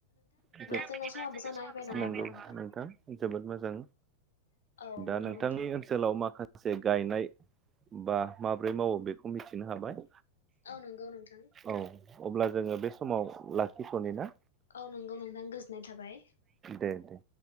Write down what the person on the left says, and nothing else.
जोंना
समाबो
जाना फैबाय
नङा होमबा नोंथां
औ
नंगौ
नोंथां
औ नंगौ नोंथां
औ नंगौ नोंथां गोजोननाय थाबाय।